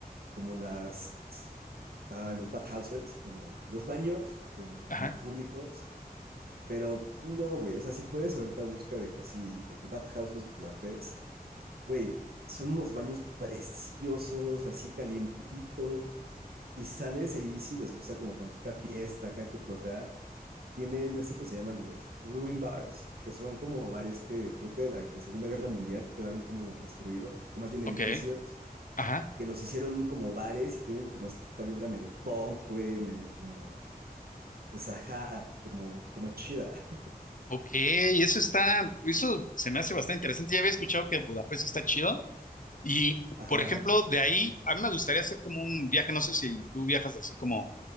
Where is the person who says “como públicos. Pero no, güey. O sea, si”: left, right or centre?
Right